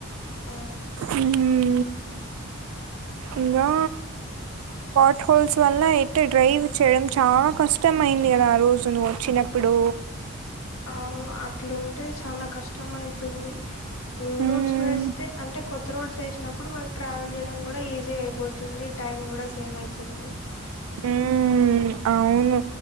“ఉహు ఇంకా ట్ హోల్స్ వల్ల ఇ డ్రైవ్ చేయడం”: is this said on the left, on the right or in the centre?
Right